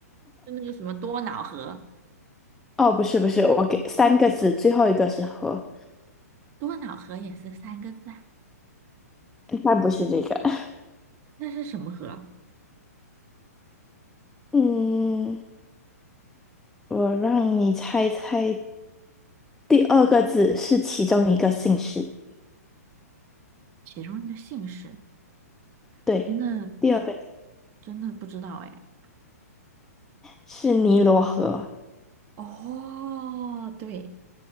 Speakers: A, on the right (about 30°); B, in the centre.
A: 就那个什么多瑙河，
B: 哦，不是，不是，我给三个字，最后一个是河，
A: 多瑙河也是三个字啊，
B: 但不是这个。<laughs>
A: 那是什么河啊
B: 嗯，我让你猜猜，第二个字是其中一个姓氏。
A: 其中一个姓氏，
B: 对，
A: 我真的
B: 第二个
A: 真的不知道哎。
B: 是尼罗河，
A: 哦，对，